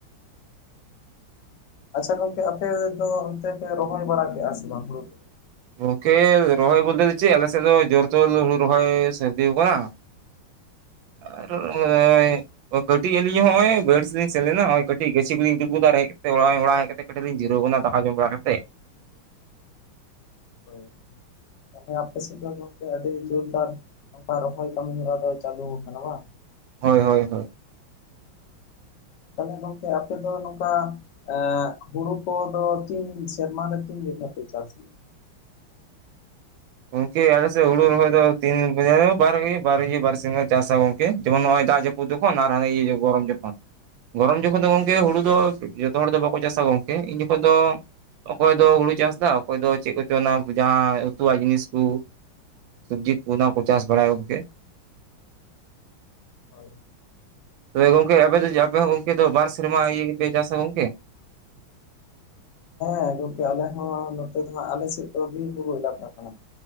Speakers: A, on the left; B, on the right.
A: ᱟᱪᱪᱷᱟ ᱜᱚᱝᱠᱮ ᱟᱯᱮ ᱫᱚ ᱚᱱᱛᱮ ᱯᱮ ᱨᱚᱦᱚᱭ ᱵᱟᱲᱟ ᱠᱮᱜ-ᱟ ᱥᱮ ᱵᱟᱝ ᱦᱩᱲᱩ ᱠᱚ ᱫᱚ?
B: ᱜᱚᱝᱠᱮ ᱨᱚᱦᱚᱭ ᱵᱚᱞᱛᱮ ᱫᱚ ᱪᱮᱫ ᱟᱞᱮ ᱥᱮᱫ ᱫᱚ ᱡᱳᱨ ᱛᱳᱞ ᱦᱩᱲᱩ ᱨᱚᱦᱚᱭ ᱥᱟᱨᱫᱤᱣ ᱟᱠᱟᱱᱟ᱾ ᱟᱨ ᱱᱚᱜ-ᱚᱭ ᱠᱟᱹᱴᱤᱡ ᱟᱹᱞᱤᱧ ᱦᱚᱸᱜ-ᱚᱭ ᱵᱟᱹᱭᱦᱟᱹᱲ ᱥᱮᱫᱞᱤᱧ ᱥᱮᱱ ᱞᱮᱱᱟ ᱠᱟᱹᱴᱤᱡ ᱜᱟᱪᱷᱤ ᱠᱚᱞᱤᱧ <unintelligible> ᱟᱨ ᱦᱮᱡ ᱠᱟᱛᱮ ᱚᱲᱟᱜ ᱚᱲᱟᱜ ᱦᱮᱡ ᱠᱟᱛᱮ ᱠᱟᱹᱴᱤᱡ ᱞᱤᱧ ᱡᱤᱨᱟᱹᱣ ᱠᱟᱱᱟ ᱫᱟᱠᱟ ᱡᱚᱢ ᱵᱟᱲᱟ ᱠᱟᱛᱮᱜ᱾
A: ᱦᱳᱭ᱾ ᱛᱟᱦᱚᱞᱮ ᱟᱯᱮ ᱥᱮᱫ ᱫᱚ ᱜᱚᱝᱠᱮ ᱟᱹᱰᱤ ᱡᱳᱨᱫᱟᱨ, ᱱᱚᱝᱠᱟ ᱨᱚᱦᱚᱭ ᱠᱟᱹᱢᱤ ᱦᱚᱨᱟ ᱫᱚ ᱪᱟᱞᱩ ᱟᱠᱟᱱᱟ ᱵᱟᱝ?
B: ᱦᱳᱭ ᱦᱳᱭ ᱦᱳᱭ᱾
A: ᱛᱟᱦᱚᱞᱮ ᱜᱚᱝᱠᱮ ᱟᱯᱮ ᱫᱚ ᱱᱚᱝᱠᱟ ᱮᱸᱻ ᱦᱩᱲᱩ ᱠᱚᱫᱚ ᱛᱤᱱ ᱥᱮᱨᱢᱟ ᱨᱮ ᱛᱤᱱ ᱡᱮᱠᱟᱷᱟ ᱯᱮ ᱪᱟᱥ ᱜᱮᱭᱟ?
B: ᱜᱚᱝᱠᱮ ᱟᱞᱮ ᱥᱮᱫ ᱦᱩᱲᱩ ᱨᱚᱦᱚᱭ ᱫᱚ ᱛᱤᱱ ᱡᱟᱭᱦᱳᱠ ᱵᱟᱨ ᱜᱮ ᱵᱟᱨ ᱜᱮ ᱵᱟᱨ ᱥᱮᱨᱢᱟ ᱪᱟᱥᱟ ᱜᱚᱝᱠᱮ ᱡᱮᱢᱚᱱ ᱱᱚᱜᱼᱚᱭ ᱫᱟᱜ ᱡᱚ ᱠᱚ ᱛᱚᱠᱷᱚᱱ ᱟᱨ ᱤᱭᱟᱹ ᱜᱚᱨᱚᱢ ᱡᱚᱠᱷᱚᱱ᱾ ᱜᱚᱨᱚᱢ ᱡᱚᱠᱷᱚᱱ ᱫᱚ ᱜᱚᱝᱠᱮ ᱦᱩᱲᱩ ᱫᱚ ᱡᱚᱛᱚ ᱦᱚᱲ ᱫᱚ ᱵᱟᱠᱚ ᱪᱟᱥᱟ ᱜᱚᱝᱠᱮ ᱤᱱ ᱡᱚᱠᱷᱚᱱ ᱫᱚ ᱚᱠᱚᱭ ᱫᱚ ᱦᱩᱲᱩ ᱪᱟᱥ ᱮᱫᱟ, ᱚᱠᱚᱭ ᱫᱚ ᱪᱮᱫ ᱠᱚᱪᱚ ᱚᱱᱟ ᱡᱟᱦᱟᱸ ᱛᱩᱣᱟᱜ ᱡᱤᱱᱤᱥ ᱠᱚ, ᱥᱚᱵᱽᱡᱤ ᱠᱚ ᱚᱱᱟ ᱠᱚ ᱪᱟᱥ ᱵᱟᱲᱟᱭ ᱜᱚᱝᱠᱮ᱾
A: ᱦᱳᱭ᱾
B: ᱛᱚᱵᱮ ᱜᱚᱝᱠᱮ ᱟᱯᱮ ᱫᱚ ᱪᱮᱜ ᱟᱯᱮ ᱦᱚᱸ ᱜᱚᱝᱠᱮ ᱛᱚ ᱵᱟᱨ ᱥᱮᱨᱢᱟ ᱤᱭᱟᱹ ᱜᱮᱯᱮ ᱪᱟᱥᱟ ᱜᱚᱝᱠᱮ?
A: ᱦᱮᱸ ᱜᱚᱝᱠᱮ ᱟᱞᱮ ᱦᱚᱸ ᱱᱚᱛᱮ ᱫᱚ ᱦᱟᱸᱜ ᱟᱞᱮ ᱥᱮᱫ ᱫᱚ ᱵᱤᱨ ᱵᱩᱨᱩ ᱮᱞᱟᱠᱟ ᱠᱟᱱᱟ